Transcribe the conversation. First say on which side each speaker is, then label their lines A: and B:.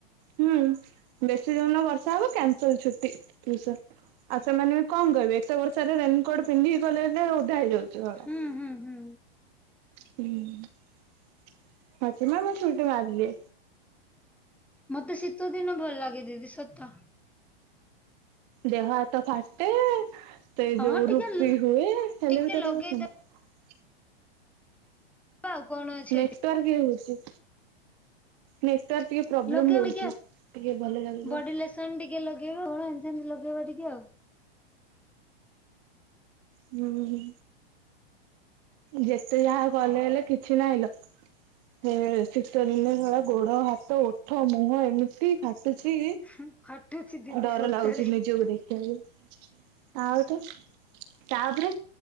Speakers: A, on the right; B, in the centre.
A: ହୁଁ ବେଶୀ ଯଉଦିନ ବର୍ଷା ହବ କ୍ୟାନସଲ ଛୁଟି ଟିଉସନ୍। ଆଉ ସେମାନେ କଣ କହିବେ ଏତେ ବର୍ଷା ରେ ରେନକୋଟ। ପିନ୍ଧି ଗଲେ ହେଲେ ଉଦା ହେଇଯାଉଚୁ ଶଳା।
B: ହୁଁ ହୁଁ ହୁଁ
A: ହୁଁ ଅଛି ମ ମୁଁ ଛୁଟି ମାରିଦିଏ।
B: ମତେ ଶୀତ ଦିନ ଭଲ ଲାଗେ ଦିଦି ସତ।
A: ଦେହ ହା ତ ଫାଟେ ସେ
B: ହଁ
A: ଯୋଉ
B: ଟିକେ
A: ରୁପି
B: ଲ-
A: ହୁଏ ହେଲେ
B: ଟିକେ
A: ବି ତତେ
B: ଲଗେଇଦବା
A: ପସନ୍ଦ।
B: ଆଉ କଣ ଅଛି
A: ନେଟୱାର୍କ
B: ଏଥି
A: ଇଏ ହଉଛି। ନେଟୱାର୍କ ଟିକେ ପ୍ରୋବ୍ଲେମ
B: ଲଗେଇବ
A: ରହୁଛି
B: ଟିକେ
A: ଟିକେ ଭଲ ଲାଗିବ।
B: ବଡି ଲେସନ ଟିକେ ଲଗେଇବା କଣ ଏମିତି ଏମିତି ଲଗେଇବା ଟିକେ ଆଉ।
A: ହୁଁ। ଯେତେ ଯାହା କଲେ ହେଲେ କିଛି ନାହିଁ ଲୋ ହେ। ଶୀତ ଦିନେ ଶଳା ଗୋଡ ହାତ ଓଠ ମୁହଁ ଏମିତି ଫା ଟୁଛି
B: ହୁଁ, ଫାଟୁଛି ଦିଦି
A: ଡର
B: ସତରେ
A: ଲାଗୁଛି ନିଜକୁ ଦେଖିବାକୁ। ଆଉ ତ ତାପରେ